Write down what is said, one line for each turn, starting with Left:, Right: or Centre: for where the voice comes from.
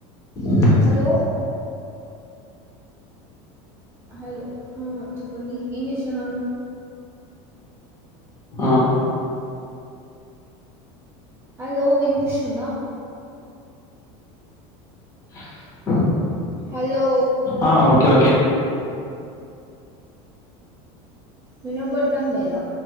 Left: <inaudible>
Right: హలో హలో అ చెప్పండి ఏం చెస్తున్నారు
Left: ఆ
Right: హలో విన్పిస్స్తుంద
Left: <inaudible>
Right: హలో
Left: ఆ ఓకే ఓకే
Right: వినబడ్డం లేద